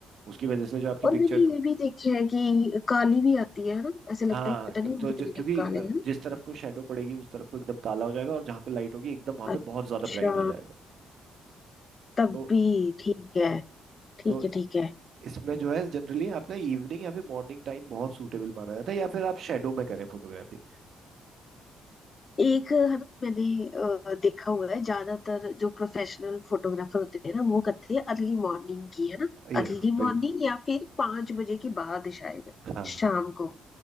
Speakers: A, on the right; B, on the left.
A: उसकी वजह से जो आपकी
B: और
A: पिक्चर
B: मैंने
A: को
B: ये भी देखा है कि काली भी आती है ना ऐसे लगता
A: हाँ
B: है कि पता
A: क्यों-
B: नहीं हम
A: तो
B: कितने
A: जो- क्योंकि
B: काले
A: अ,
B: हैं ना।
A: जिस तरफ को शेडो पड़ेगी उस तरफ को एकदम काला हो जाएगा और जहाँ को लाइट होगी एकदम वहां पे
B: अच्छा
A: बहुत ज्यादा ब्राइट हो जाएगा
B: तब
A: तो
B: भी ठीक है ठीक
A: तो
B: है ठीक है
A: इसमें जो है जनरली आपका इवनिंग या फिर मॉर्निंग टाइम बहुत सूटेबल माना जाता है या फिर आप शेडो में करें फोटोग्राफी
B: एक है ना मैंने अ, देखा हुआ है ज्यादातर जो प्रोफेशनल फोटोग्राफर होते हैं ना वो करते हैं अर्ली मॉर्निंग की है ना
A: ये
B: अर्ली
A: हाँ बिल्कुल
B: मॉर्निंग या फिर पांच बजे के बाद शायद
A: हाँ
B: शाम
A: हाँ
B: को